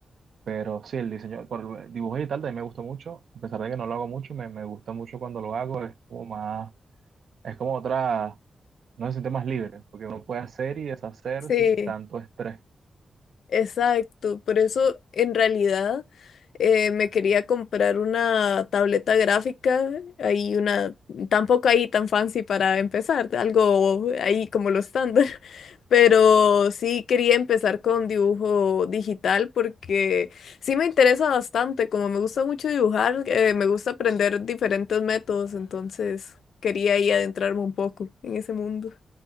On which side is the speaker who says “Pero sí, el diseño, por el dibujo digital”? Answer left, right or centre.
Right